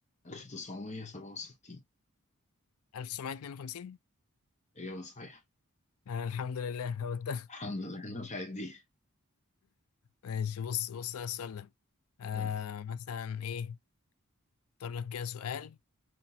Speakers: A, on the left; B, on the left.
A: ألف تسعمية سبعة وستين
B: 1952
A: إجابة صحيحة
B: أنا الحمد لله <laughs> هبتها
A: الحمد لله أنا نفعت دي
B: ماشي بص بص على السؤال ده آه
A: قولي
B: مثلا إيه أختار لك كده سؤال